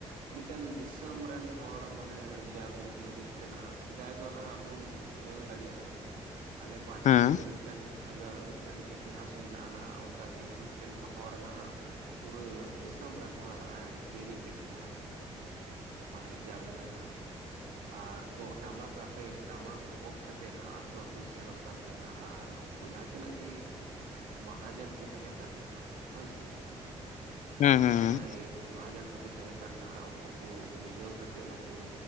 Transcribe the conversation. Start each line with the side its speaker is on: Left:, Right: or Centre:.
Right: ᱢᱤᱫ ᱴᱮᱱ ᱫᱤᱥᱚᱢ ᱨᱮᱱ ᱦᱚᱲ ᱢᱟᱱᱮ ᱡᱟᱜᱽᱨᱩᱠ ᱞᱟᱹᱜᱤᱫ ᱛᱮ ᱱᱟᱦᱟᱜ ᱥᱮᱫᱟᱭ ᱫᱚ ᱱᱟᱦᱟᱜ ᱵᱚᱱ ᱧᱮᱞ ᱫᱟᱲᱮᱭᱟᱜᱼᱟ
Left: <inaudible>
Right: ᱟᱞᱮ ᱯᱟᱦᱴᱟ
Left: ᱦᱩᱸ
Right: ᱥᱮᱫ ᱫᱚ ᱢᱤᱫ ᱴᱮᱱ ᱟᱜᱟᱨ ᱢᱤᱫ ᱴᱮᱱ ᱤᱛᱤᱦᱟᱥ ᱢᱮᱱᱟᱜᱼᱟ ᱱᱟᱦᱟᱜ ᱚᱝᱠᱟᱜᱤ ᱢᱤᱫ ᱴᱮᱱ ᱦᱚᱲ ᱱᱟᱦᱟᱜ ᱯᱩᱨᱟᱹ ᱫᱤᱥᱚᱢ ᱨᱮᱱ ᱦᱚᱲ ᱦᱟᱸᱜᱼ ᱮ ᱵᱮᱨᱮᱫ ᱞᱮᱫ ᱠᱚᱣᱟ ᱢᱟᱱᱮ ᱡᱟᱜᱟᱯᱮ ᱱᱟᱜ ᱟᱨ ᱛᱚ ᱴᱟᱢᱟᱠ ᱟᱛᱮ ᱴᱟᱢᱟᱠ ᱜᱚᱜ ᱠᱟᱛᱮᱫ ᱱᱟᱦᱟᱜ ᱟᱛᱳ ᱟᱛᱳᱭ ᱥᱮᱱᱚᱜ ᱠᱟᱱ ᱛᱟᱦᱮᱱᱟ ᱟᱨ ᱩᱱᱠᱩ ᱡᱟᱦᱟᱸ ᱛᱤᱱᱟᱹᱜ ᱜᱮ ᱢᱟᱦᱟᱡᱚᱱ ᱠᱚ ᱛᱟᱦᱮᱸ ᱠᱟᱱᱟ ᱱᱟᱜ ᱦᱳᱭᱥᱮ
Left: ᱦᱩᱸ ᱦᱩᱸ ᱦᱩᱸ
Right: ᱡᱟᱦᱟᱸᱭ ᱢᱟᱦᱟᱡᱚᱱ ᱠᱚᱠᱚ ᱛᱮᱦᱮᱸ ᱠᱟᱱ ᱱᱟᱜ ᱩᱱᱠᱩ ᱠᱚ ᱢᱤᱞᱟᱹᱣ ᱠᱟᱛᱮᱫ ᱱᱩᱠᱩ